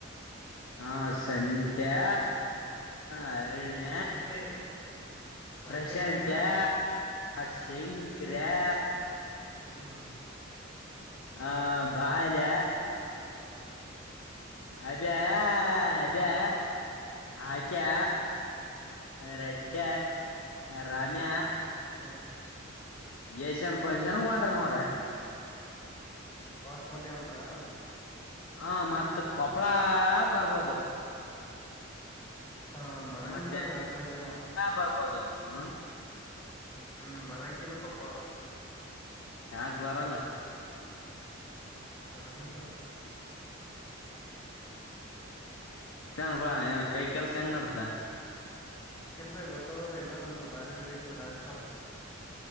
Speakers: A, on the left; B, on the left.
A: ಹ
B: ಹ್ಮ್
A: ಸಂತ್ಯಾ ಎ ಅರಿನ್ಯ
B: ಸಂತೆ ಸಂತೆ
A: ಪ್ರಶಾಂತ್ಯಾ
B: ಇಲ್ಲಿಯ ನಾನು
A: ಶಂಕರ್ಯಾ
B: ಹ್ಮ.
A: ಆ ಬಾಲ್ಯ ಅಬ್ಯಾ ಅಬ್ಯಾ ಅಕ್ಯಾ ರೆಡ್ಡ ರಾಮ್ಯ
B: ಹ್ಮ.
A: ಏಶನ್ ಪಂನ್ಷನ್ ವಡರ್ ನೋಡ.
B: ಫಸ್ಟ್ ಮಂದಿ ವಂಟರಣ
A: ಹಾ ಮತ್ತ ಕೊಪ್ಪಳ ಬರ್ಬೋದ.
B: ಹ ಬರಂಗಿಲ್ಲ
A: ಮತ್ತೆ
B: ಅನ್ಸಮಟ್ಟಿ
A: ಬರ್ಬೋದ ಹ್ಮ.
B: ಹ್ಮ್ ಹ್ಮ ಬರಂಗಿಲ್ಲ ಕೊಪ್ಪ
A: ಯಾಕ ಬರಲ್ಲ.
B: ಬರಂಗಿಲ್ಲ ಆವಾ
A: ಚನಪಾ ಏನ್ ಕೈ ಕೆಲ್ಸ ಹೆಂಗ್ ನಡ್ದ.
B: ಕೆಲ್ಸ ಗೊತ್ತದಲ್ಲ ಇಲ್ಲ ನಮ್ದ ಬಾರಿ ನಡೀತದ ನಾನ್ ಸ್ಟಾಪ್